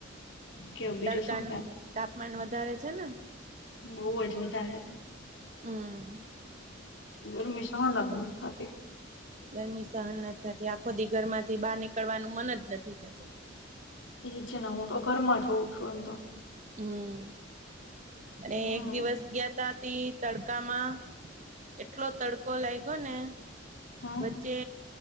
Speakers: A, on the left; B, on the right.
A: કેવ બીજું
B: તડકાનું
A: શું
B: તાપમાન વધ વધારે છે ને?
A: બહું જ વધારે.
B: હમ્મ.
A: ગરમી સહન જ નથ થાતી.
B: ગરમી સહન નથી થતી આખો દિ ઘરમાંથી બહાર નીકળવાનું મન જ નથી થતું.
A: એજ ને હું તો ઘરમાં જ હોઉં છું. ઓમ તો.
B: હમ્મ. અને
A: હમ
B: એક દિવસ ગયાતા થી તડકામાં એટલો તડકો લાગ ગ્યો ને
A: હમ
B: વચ્ચે